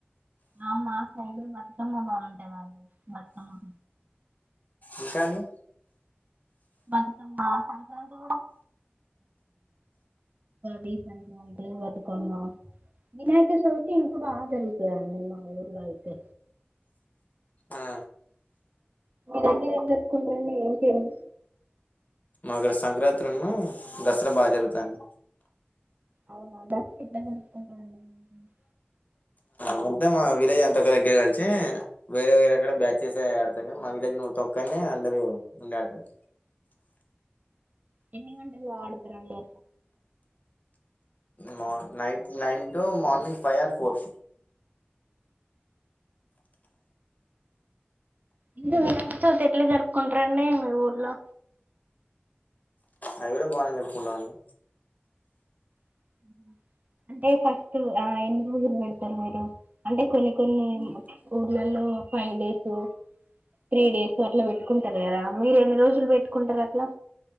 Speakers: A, on the right; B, on the left.
A: మా అమ్మ అండి బతుకమ్మ బాగుంటుదండి బతుకమ్మ
B: ఇంకాండి
A: బంధం మాకుంటది డిమ్ పట్టుకొమ్మా వినాయక చవితి ఇంకా బాగా జరుగతదండి మా ఊర్లో అయితే
B: ఆ
A: మీరేం ఎన్ని వేసుకొంటరండి ఏం చీరలు
B: మాకు సంక్రాంత్రి అన్న దసరా బాగా జరుగుతాంది
A: అవునా <unintelligible>
B: వుంటాం మా విలేజ్ అంత దగ్గర కలిసి వేరే వేరే ఎక్కడ బ్యాచ్ చేసి ఆడతారు కానీ మా విలేజ్ తొక్కనే అందరు ఉండి ఆడతారు
A: ఎన్ని గంటలు ఆడుతారండీ
B: మో night nine to morning five or four
A: మీరు వినాయకచవితి ఎట్లా జరుపుకుంటారండి మీ ఊర్లో
B: అవి కూడా బాగనే జరుపుకుంటమండి
A: <inaudible> అంటే ఫస్ట్ ఆ ఎన్ని రోజులు పెడతారు మీరు కొన్ని కొన్ని ఊర్లలో ఫైవ్ డేస్ త్రీ డేస్ అట్లా పెట్టుకుంటారు కదా మీరు ఎన్ని రోజులు పెట్టుకుంటారు అట్లా